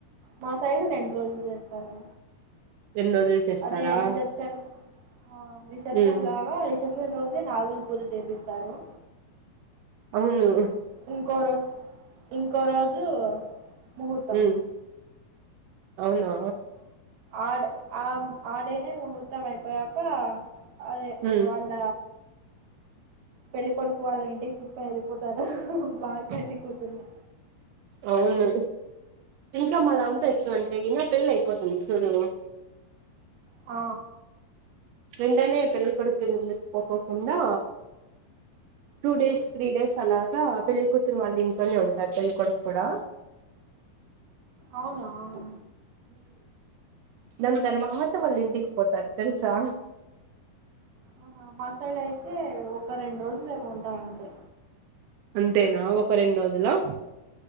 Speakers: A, on the right; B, on the right.
A: మా సైడు రెండ్ రోజులు చేస్తారు
B: రెండు రోజులు చేస్తారా
A: అదే రిసెప్షన్ ఆ రిసెప్షన్
B: ఉమ్
A: లాగా రిసెప్షన్ రోజు దే నాగులు పూజ చేపిస్తారు
B: అవును
A: ఇంకో రో ఇంకో రోజు ముహూర్తం
B: ఉమ్ అవునా
A: ఆడ్ ఆ ఆ డేనే ముహూర్తం అయిపోయాక అదే
B: ఉమ్
A: వాళ్ళ పెళ్లిి కొడుకు వాళ్ల ఇంటికి తీసుకొని వెళ్ళిపోతారుా బాగా పెళ్ళి కూతుర్ని.
B: అవును ఇంకా మా దాంట్లో ఎక్కడంటేగినా అంతా పెళ్లిి అయిపోతుంది చూడు
A: ఆ
B: వెంటనే పెళ్ళికొడుకు ఇళ్ళకి పోకోకుండా two
A: um.
B: Days three days అలా ఇంకా పెళ్లి కూతురు వాళ్ళు ఇంట్లోనే ఉంటారు పెళ్లికుడుకు కూడా
A: అవునా అవును
B: ఉమ్ దని మాతంళ్ళింటి పోతారు తెలుసా
A: ఆహా మాసెండ్ అయితే ఒక రెండు రోజులులా ఉంటారు అంతే
B: అంతేనా ఒక రెండు రోజులా